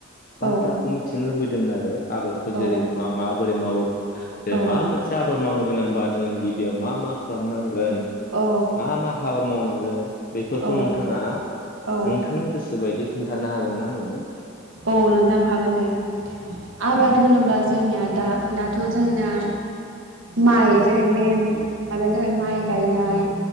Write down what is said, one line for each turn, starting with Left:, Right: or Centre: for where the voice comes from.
Left: बाथ्राखौ
Right: औ
Left: मिथिनो लुबै दों आरो आबादखौ जेरै-
Right: औ
Left: मा माबोरै मावो बे
Right: औ
Left: मा मोनसेया आबाद मावनो गोनांबा जों गिबियाव मा मा खालामनांगोन
Right: औ
Left: मा मा हाबा मावनांगोन। बेफोरखौ
Right: औ
Left: नोंथाङा
Right: औ
Left: नोंथांनि गोसोबायदि खोन्थानो हागोन ना आंनो?
Right: औ नोंथां हागोन दे आबाद
Left: नों
Right: होनोब्ला जोंनिया दा दाथ' जोंनाया माइ जेरै मेन माबायानो जाबाय माइ गायनाय